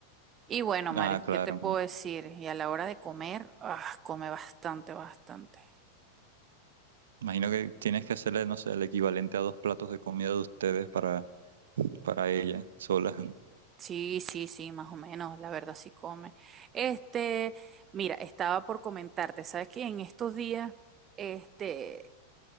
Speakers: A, on the right (about 25°); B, on the right (about 60°).
A: Y bueno, Mario,
B: Ah, claro.
A: ¿qué te puedo decir? Y a la hora de comer, ah, come bastante, bastante.
B: Imagino que tienes que hacerle, no sé, el equivalente a dos platos de comida de ustedes para, para ella sola.
A: Sí, sí, sí, más o menos, la verdad sí come. Este, mira, estaba por comentarte, ¿sabes qué? En estos días, este,